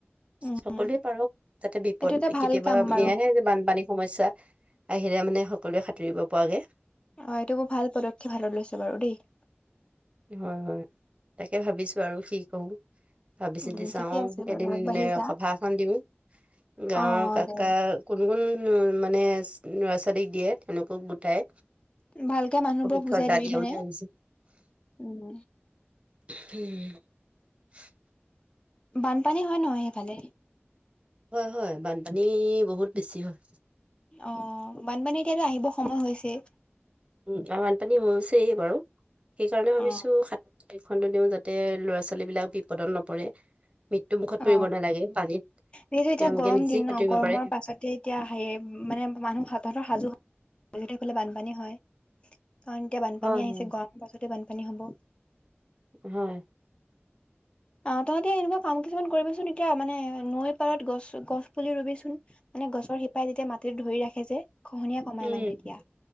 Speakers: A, on the left (about 25°); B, on the right (about 25°).
A: উম
B: সকলোৱে পাৰক যাতে বিপদ
A: এইটো এটা
B: এ
A: ভাল
B: কেতিয়াবা
A: কাম বাৰু
B: এয়াহে যে বানপানীৰ সমস্যা আহিলে মানে সকলোৱে সাঁতুৰিব পৰাগে
A: অহ, এইটো বৰ ভাল পদক্ষেপ হাতত লৈছে বাৰু দেই
B: হুম হুম, তাকে ভাবিছো আৰু কি কৰো ভাবি-চিতি
A: উম
B: চাওঁ
A: ঠিকে আছে বাৰু
B: এদিন
A: আগবাঢ়ি
B: এ
A: যা
B: সভা এখন দিও। গাঁৱৰ
A: অ
B: কাকা
A: দে
B: কোন কোন মোৰ মানে ল'ৰা-ছোৱালীক দিয়ে তেওঁলোকক গোটাই।
A: ভালকে মানুহবোৰক
B: প্ৰশিক্ষণ
A: বুজাই
B: এটা
A: দিবি
B: দিও
A: মানে
B: বুলি ভাবিছো
A: উম উ উহ
B: ঠিস উম হু হু উস্
A: বানপানী হয় নহয় সেইফালে
B: হয় হয়, বানপানী বহুত বেছি হয়।
A: অ অ অ, বানপানী এতিয়াতো আহিব সময় হৈছেই
B: উম, এয়া বানপানী হৈছেই বাৰু সেইকাৰণে ভাবিছো
A: অ
B: সাত ফোনটো দিও যাতে ল'ৰা-ছোৱালী বিলাক বিপদত নপৰে। মৃত্যু মুুখত
A: অ
B: পৰিব নেলাগে পানীত
A: যিহেতু এতিয়া
B: তেওঁলোকে
A: গৰম
B: নিজেই
A: দিন
B: সাঁতুৰিব
A: ন গৰমৰ
B: পাৰে
A: পাছতে এতিয়া হে মানে মানুহ হাত-হতৰ সাজু হ সিহঁতৰ ফালে বানপানী হয় কাৰণ এতিয়া বানপানী
B: হয়
A: আহিছে
B: হয়
A: গৰমৰ পাছতে বানপান পানী হ'ব।
B: হয়।
A: অহ, তহঁতি এনেকুৱা কাম কিছুমান কৰিবিচোন এতিয়া মানে নৈৰ পাৰত গছ গছ পুলি ৰুবিচোন মানে গছৰ শিপাই যেতিয়া মাট তেওঁ ধৰি ৰাখে যে খহনীয়া কমাই
B: উম
A: মানে এতিয়া